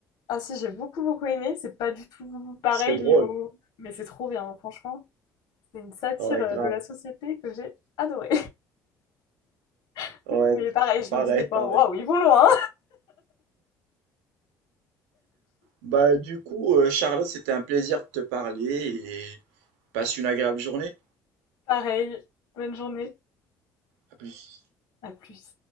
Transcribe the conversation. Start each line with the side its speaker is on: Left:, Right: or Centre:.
Left: Ah si, j'ai beaucoup beaucoup aimé. C'est pas du tout pareil
Right: C'est drôle.
Left: niveau, mais c'est trop bien, franchement. C'est une satire
Right: Ouais,
Left: euh,
Right: grave.
Left: de la société que j'ai adorée. <laughs>
Right: Ouais,
Left: Mais pareil, je
Right: pareil,
Left: me dis des
Right: pareil.
Left: fois, waouh, ils vont loin.
Right: Bah, du coup, euh, Charlotte, c'était un plaisir de te parler et passe une agréable journée.
Left: <laughs> Pareil, bonne journée,
Right: À plus.
Left: à plus.